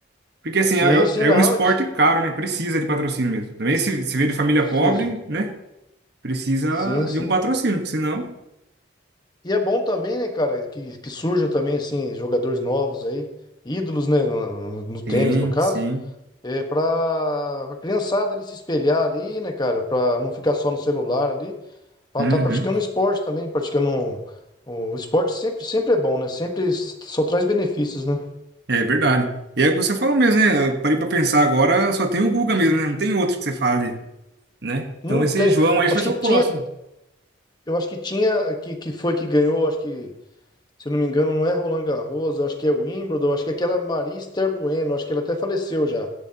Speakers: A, on the right; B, on the left.
A: Porque, assim,
B: Sim,
A: é,
B: sim,
A: é
B: não,
A: é um esporte
B: ele já-
A: caro, né? Precisa de patrocínio mesmo. Também se, se vê de família
B: precisa.
A: pobre, né? Precisa
B: Sim, sim.
A: de um patrocínio, porque senão...
B: E é bom também, né, cara, que, que surjam também, assim, jogadores novos aí, ídolos, né, no, no- no tênis,
A: Sim,
B: no caso,
A: sim.
B: é, pra, pra criançada ali se espelhar ali, né, cara, pra não ficar só no celular ali. Pra
A: Uhum.
B: estar praticando esporte também, praticando um- um, o esporte sempre, sempre é bom, né? Sempre s- só traz benefícios, né?
A: É verdade. E é o que você falou mesmo, né? Eu parei pra pensar agora, só tem o Guga mesmo, né? Não tem outro que você fale, né?
B: Não
A: Então esse
B: tem.
A: João aí vai
B: Acho
A: ser
B: que
A: o
B: tinha,
A: próximo.
B: eu acho que tinha que, que foi que ganhou, acho que, se eu não me engano, não é Roland Garros, eu acho que é Wimbledon, acho que é aquela Maria Esther Bueno, acho que ela até faleceu já.